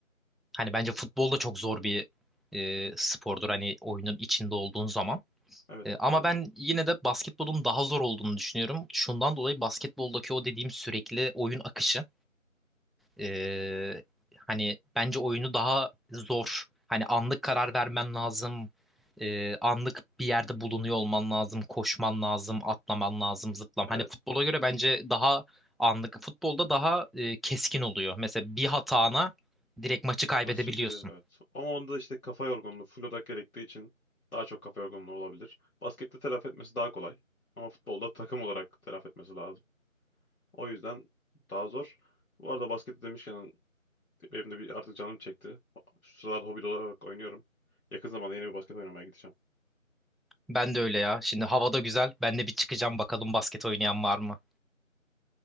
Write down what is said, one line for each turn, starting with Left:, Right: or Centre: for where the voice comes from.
Centre: Hani bence futbol da çok zor bir e, spordur hani oyunun içinde olduğun zaman.
Left: Evet
Centre: E,
Left: muhtemelen.
Centre: Ama ben yine de basketbolun daha zor olduğunu düşünüyorum. Şundan dolayı basketboldaki o dediğim sürekli oyun akışı. Ee, hani bence oyunu daha zor. Hani anlık karar vermen lazım. Ee, anlık bir yerde bulunuyor olman lazım. Koşman lazım, atlaman lazım, zıplam.
Left: Evet.
Centre: Hani futbola göre bence daha anlık. Futbolda daha e, keskin oluyor. Mesela bir hatana direkt maçı kaybedebiliyorsun.
Left: Maç içi bir söylüyor. Evet. Ama onda işte kafa yorgunluğu full odak gerektiği için daha çok kafa yorgunluğu olabilir. Baskette telafi etmesi daha kolay. Ama futbolda takım olarak telafi etmesi lazım. O yüzden daha zor. Bu arada baskette demişken Benim de bir artık canım çekti. Şu sıralarda hobi olarak oynuyorum. Yakın zamanda yeni bir basket oynamaya gideceğim.
Centre: Ben de öyle ya. Şimdi hava da güzel. Ben de bir çıkacağım bakalım basket oynayan var mı?